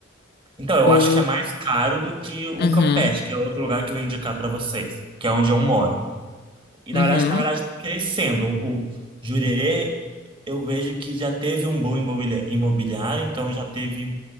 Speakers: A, on the right (about 25°); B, on the left (about 50°).
A: Então, eu
B: Ou.
A: acho que é mais caro do que o
B: Uhum.
A: Campeche, que é outro lugar que eu ia indicar para vocês, que é onde eu moro. E
B: Uhum.
A: na verdade, na verdade, tá crescendo. O Jurerê, eu vejo que já teve um boom imobili- imobiliário, então já teve.